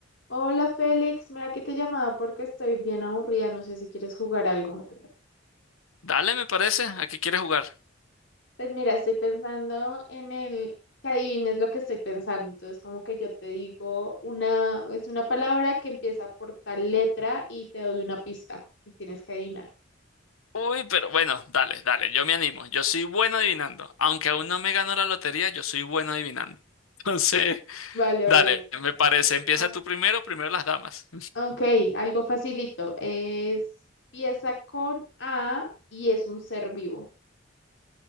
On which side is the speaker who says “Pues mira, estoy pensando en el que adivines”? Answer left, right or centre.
Left